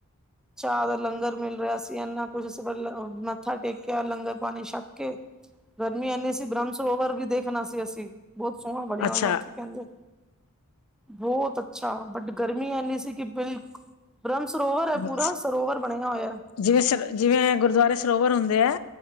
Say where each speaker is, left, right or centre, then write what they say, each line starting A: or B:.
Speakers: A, in the centre; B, on the left (about 75°).
A: ਚਾਹ ਦਾ ਲੰਗਰ ਮਿਲ ਰਿਹਾ ਸੀ ਇੰਨਾ ਕੁਛ ਅਸੀਂ ਮੱਥਾ ਟੇਕਿਆ ਲੰਗਰ ਪਾਣੀ ਛੱਕ ਕੇ ਗਰਮੀ ਇੰਨੀ ਸੀ ਬ੍ਰਹਮ ਸਰੋਵਰ ਵੀ ਦੇਖਣਾ ਸੀ ਅਸੀਂ, ਬਹੁਤ ਸੋਹਣਾ ਬਣਿਆ
B: ਅੱਛਾ
A: ਹੋਇਆ ਉੱਥੇ ਕਹਿੰਦੇ। ਬਹੁਤ ਅੱਛਾ ਬਟ ਗਰਮੀ ਐਨੀ ਸੀ ਕਿ ਬਿਲ, ਬਰਮ ਸਰੋਵਰ
B: ਮਤਲਬ
A: ਹੈ ਪੂਰਾ ਸਰੋਵਰ ਆਪਣੇ ਨਾ ਹੋਇਆ।
B: ਜਿਵੇਂ ਸਰ ਜਿਵੇਂ ਗੁਰਦੁਆਰੇ ਸਰੋਵਰ ਹੁੰਦੇ ਐ।